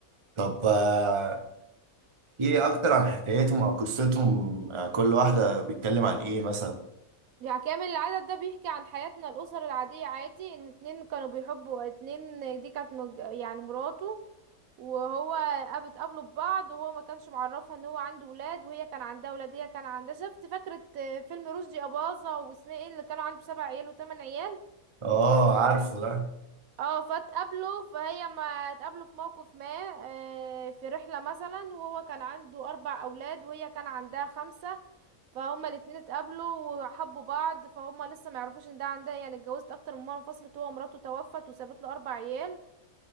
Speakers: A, on the right; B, on the right.
A: طب آه، ايه اكتر عن حكايتهم او قصتهم آه، كل واحدة بيتكلم عن ايه مثلا
B: يعني كامل العدد ده بيحكي عن حياتنا الأسر العادية عادي ان اتنين كانوا بيحبوا اتنين دي كانت مج... يعني مراته وهو قاب- اتقابلوا ببعض وهو ما كانش معرفها ان هو عنده ولاد وهي كان عندها ولاد هي كان عندها شفت فاكرة آه، فيلم رشدي أباظة واسمها ايه اللي كانوا عنده سبع عيال وتمن عيال
A: اه عارفه ده
B: اه فاتقابلوا فهي ما اتقابلوا في موقف ما آه، في رحلة مثلا وهو كان عنده أربع أولاد وهي كان عندها خمسة فهما الاتنين اتقابلوا وحبوا بعض فهما لسه ما يعرفوش ان ده عندها يعني اتجوزت اكتر من مره انفصلت هو مراته توفت وسابت له اربع عيال